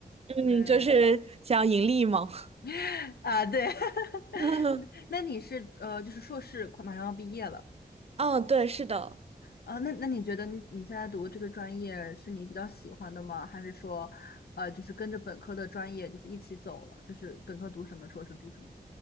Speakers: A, on the right (about 40°); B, on the left (about 75°).
A: 嗯，
B: 对，
A: 就是想盈利嘛。<laughs>
B: <laughs> 啊，对，<laughs>
A: 嗯，
B: 那那你是呃，就是硕士快马上要毕业了
A: 哦对，是的。
B: 啊，那那你觉得你你现在读的这个专业是你比较喜欢的吗？还是说，呃，就是跟着本科的专业就是一起走了，就是本科读什么，硕士读什么？